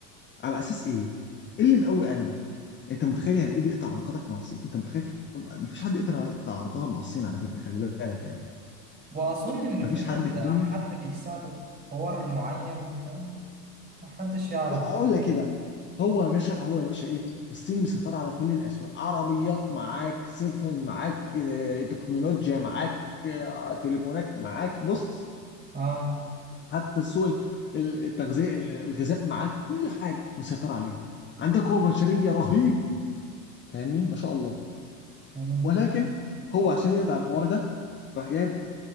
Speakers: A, on the left; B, on the right.
A: على اساس ايه؟ ايه اللي مقوي قلبه؟ انت متخيل يعني ايه بيقطع علاقاتك مع الصين؟ انت متخيل مفيش حد يقدر يقطع علاقاته مع الصين على فكره خلي بالك يعني
B: وأظن إن
A: مفيش
B: في حد
A: حد في
B: حد
A: الدنيا
B: بيساعده في حوار معين فمحدش يعرف
A: لا
B: برضه
A: اقول لك ايه بقى هو يا باشا هو يا باشا ايه الصين مسيطره على كل الاسواق عربيات معاك سفن معاك آه، تكنولوجيا معاك آه، تليفونات معاك بص
B: آه
A: حتى السوق ال- ال- التغذيه ال- الغذاء معاك كل حاجه مسيطره عليها عندك قوه بشريه رهيب فاهمني ما شاء الله
B: مم.
A: ولكن هو عشان يقضي على الحوار ده راح جايب